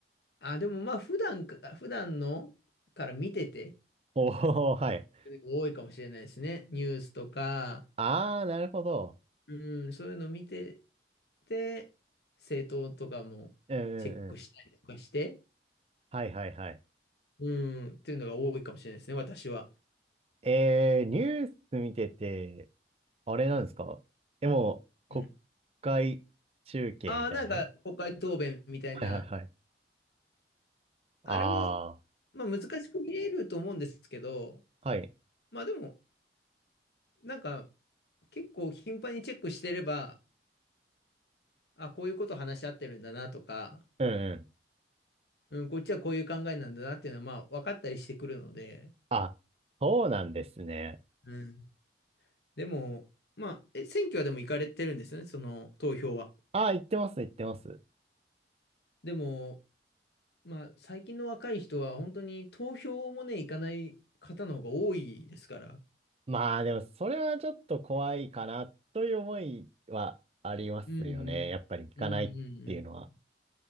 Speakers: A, on the left (about 70°); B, on the right (about 35°).
A: あ、でもまあ普段か、普段のから見てて、
B: おー、はい。
A: 多いかもしれないですね。ニュースとか、
B: あー、なるほど。
A: うん、そういうの見てて、政党とかもチェックしたりとかして、
B: うんうんうん。はいはいはい。
A: うん、っていうのが多いかもしれないですね、私は。
B: えー、ニュース見てて、あれなんですかでも、
A: うん。
B: 国会中継みたいな
A: ああ、なんか国会答弁みたいな
B: はいはいはい。あ
A: あれも、まあ難しく見えると思うんですけど、
B: ー、はい。
A: まあでも、なんか結構頻繁にチェックしてれば、あ、こういうこと話し合ってるんだなとか、
B: うんうん。
A: うん、こっちはこういう考えなんだなっていうのはまあ分かったりしてくるので、
B: あ、そうなんですね。
A: うん。でも、まあ、え、選挙はでも行かれてるんですよね、その投票は。
B: あー、言ってます、言ってます。
A: でも、まあ最近の若い人は本当に投票もね、行かない方の方が多いですから。
B: まあでも、それはちょっと怖いかな、という思いはありますよね。
A: うんうん、
B: やっぱり行かないっていうのは。
A: うんうんうん